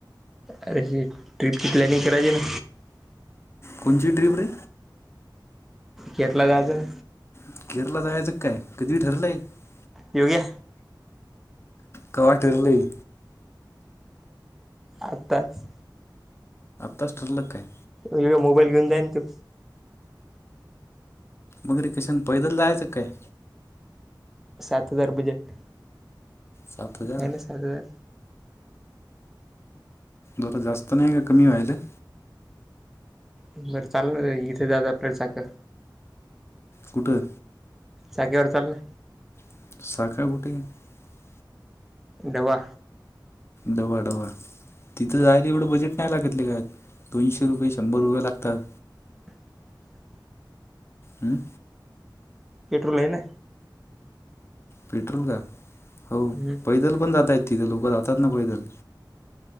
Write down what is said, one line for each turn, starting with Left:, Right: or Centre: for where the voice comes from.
Centre: अरे ट्रिप की प्लॅनिंग करायची ना.
Left: कोणती ट्रीप रे.
Centre: केतला गाजर
Left: <unintelligible>
Centre: योग्या
Left: कवा ठरलय.
Centre: आताच.
Left: तस लक आहे.
Centre: फिड मोबाईल घेऊन जाय ना तू.
Left: मगर कशान पैदल जायचं का काय?
Centre: सात हजार बजेट
Left: सात हजार
Centre: हे ना सात हजार.
Left: दोरा जास्त नाही का कमी व्हायले.
Centre: बरं चाल ना रे. इथे जायच आपल्याला साख
Left: कुठे
Centre: चाकीेवर चालक ना.
Left: <unintelligible>
Centre: डवा
Left: डवाडवा तिथं जायला एवढं बजेट नाही लागत लेका. दोनशे रुपये शंभर रुपये लागतात.
Centre: <inaudible>
Left: हम्म
Centre: पेट्रोल आहे ना.
Left: पेट्रोल का? हो
Centre: हम्म,
Left: पैदल पण जातय तिथे लोक जातात ना पैदल.